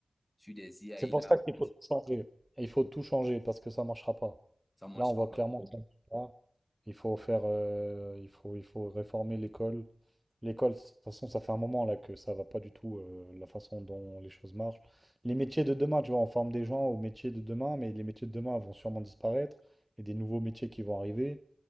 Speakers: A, in the centre; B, on the right.
A: sur des IA
B: C'est
A: et
B: pour
A: la
B: ça
A: réponse,
B: qu'il faut tout changer. Il faut tout changer parce que ça marchera pas.
A: ça ne marchera
B: Là, on voit
A: pas.
B: clairement que ça ne marche pas. Il faut faire, euh, il faut, il faut réformer l'école. L'école, de toute façon, ça fait un moment là que ça va pas du tout, euh, la façon dont les choses marchent. Les métiers de demain, tu vois, on forme des gens aux métiers de demain, mais les métiers de demain vont sûrement disparaître et des nouveaux métiers qui vont arriver.